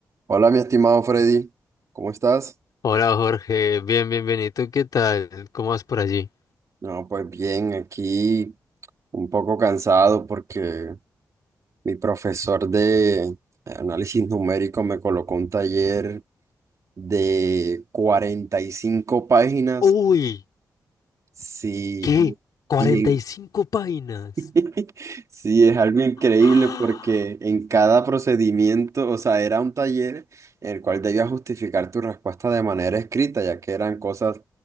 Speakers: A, on the right; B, on the left.
A: Hola, mi estimado Freddy, ¿cómo estás?
B: Hola Jorge, bien, bienvenido. ¿Qué tal? ¿Cómo vas por allí?
A: No, pues bien, aquí un poco cansado porque mi profesor de análisis numérico me colocó un taller de cuarenta y cinco páginas,
B: Uy,
A: sí,
B: ¿qué? ¿45
A: y,
B: páginas?
A: <laughs> Sí, es algo increíble
B: ¡Ah!
A: porque en cada procedimiento, o sea, era un taller en el cual debías justificar tu respuesta de manera escrita, ya que eran cosas